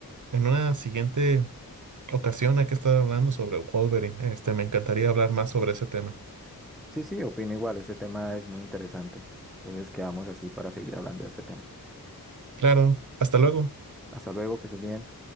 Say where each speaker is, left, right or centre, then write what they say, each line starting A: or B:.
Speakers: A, on the right; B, in the centre.
A: en una siguiente ocasión hay que estar hablando sobre Wolverine. Este, me encantaría hablar más sobre ese tema.
B: Sí, sí, opino igual, este tema es muy interesante. Entonces quedamos así para seguir hablando de este tema.
A: Claro, hasta luego.
B: Hasta luego, que estés bien.